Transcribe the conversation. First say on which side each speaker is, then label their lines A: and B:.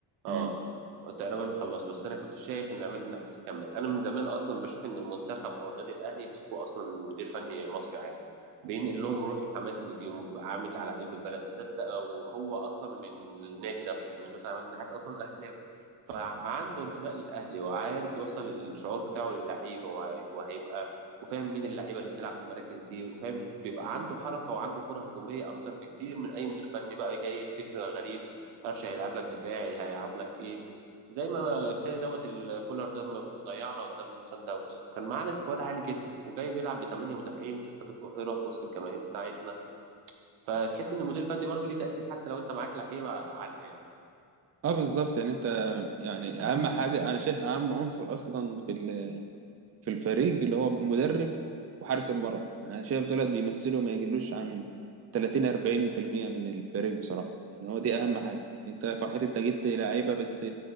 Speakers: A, on the right; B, on the right.
A: اه
B: مم.
A: تقريبا خلص بس انا كنت شايف ان عماد النحاس يكمل انا من زمان اصلا بشوف ان المنتخب او النادي الاهلي يمسكوا اصلا مدير فني مصري عادي بينقل لهم روح الحماس اللي فيهم وبيبقى عامل على قلب البلد بالذات لو هو اصلا من النادي نفسه يعني مثلا عماد النحاس اصلا اهلاوي فعنده انتماء للاهلي وعارف يوصل الشعور بتاعه للعيبه وهي- وهيبقى وفاهم مين اللعيبه اللي بتلعب في المراكز دي وفاهم بيبقى عنده حركه وعنده كره هجوميه اكتر بكتير من اي مدير فني بقى جايب فكر غريب ما تعرفش هيلعب لك دفاعي هيلعب لك ايه زي ما التاني دوت الكولر ده ما ضيعنا قدام سان داونز كان معانا سكواد عالي جدا وجاي بيلعب بثمانية مدافعين في استاد القاهره في وسط الجماهير بتاعتنا فتحس ان المدير الفني برضو ليه تاثير حتى لو انت معاك لعيبه عاليه يعني
B: اه بالظبط يعني انت يعني اهم حاجه انا شايف اهم عنصر اصلا في في الفريق اللي هو المدرب وحارس المرمى انا شايف دولت بيمثلوا ما يقلوش عن 30 40% من الفريق بصراحه يعني هو دي اهم حاجه انت فرحتي انت جبت لعيبه بس